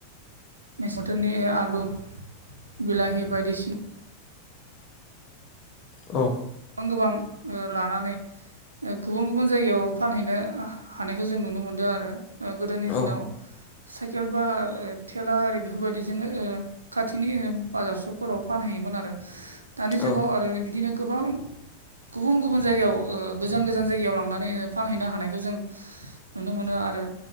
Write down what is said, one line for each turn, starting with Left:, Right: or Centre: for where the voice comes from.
Right: मेसें बोथोनि आलु बिलाहि बायदिसि
Left: औ
Right: गोबां गोबां ओ लानानै ओ गुबुन गुबुन जायगायाव फानहैनो हानायखौ जों नुनो मोनदो आरो ओ गोदोनि दिनाव
Left: औ
Right: साइकेल बा ओ थेला आरि बेफोरबायदिजोनो ओ खाथिनि बाजार सकफोराव फानहैयोमोन आरो दानि
Left: औ
Right: जुगाव आरो बिदिनो गोबां गुबुन गुबुन जायगायाव ओ गोजान गोजान जायगायाव लांनानै ओ फानहैनो हानायखौ जों नुनो मोनो आरो